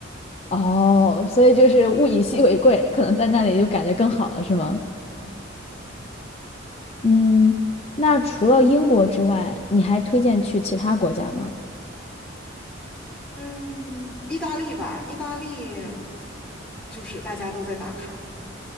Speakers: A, on the left (about 30°); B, in the centre.
A: 哦，所以就是物以稀为贵，可能在那里就感觉更好了，是吗？
B: 嗯
A: 嗯，那除了英国之外，你还推荐去其他国家吗？
B: 嗯，意大利吧，意大利就是大家都在打卡嘛，